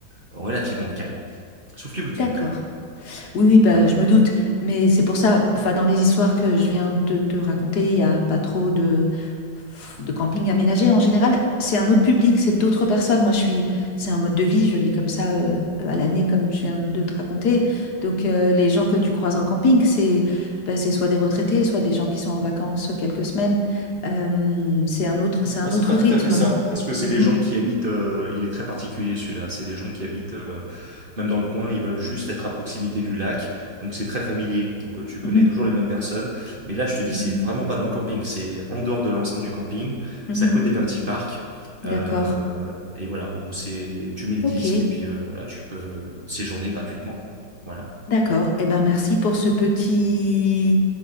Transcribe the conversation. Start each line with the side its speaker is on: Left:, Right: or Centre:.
Right: relativement calme, sauf les week-ends
Left: d'accord.
Right: quand même.
Left: Oui, oui, bah,
Right: Voilà.
Left: je me doute, mais c'est pour ça, enfin, dans les histoires que je viens de te raconter, il n'y a pas trop de, de camping aménagé. En général, c'est un autre public, c'est d'autres personnes. Moi, je suis, c'est un mode de vie, je vis comme ça euh, à l'année, comme je viens de te raconter. Donc, euh, les gens que tu croises en camping, c'est bah, c'est soit des retraités, soit des gens qui sont en vacances quelques semaines. Euh, c'est un autre, c'est un
Right: Moi, c'est
Left: autre
Right: pas
Left: rythme.
Right: tout à fait ça, parce que c'est
Left: Mhm,
Right: des gens qui habitent. euh, il est très particulier celui-là. C'est des gens qui habitent euh, même dans le coin. Ils veulent juste être à proximité du lac, donc c'est très familier. Donc euh, tu connais
Left: mhm,
Right: toujours les mêmes personnes. Mais là, je te dis,
Left: mhm,
Right: c'est vraiment pas dans le camping. C'est en dehors de l'enceinte du camping.
Left: mhm.
Right: C'est à côté d'un petit parc.
Left: D'accord.
Right: Euh, et voilà. Donc c'est, tu mets le
Left: Ok.
Right: disque et puis euh, voilà, tu peux séjourner gratuitement, quoi. Voilà.
Left: D'accord. Eh ben, merci pour ce petit,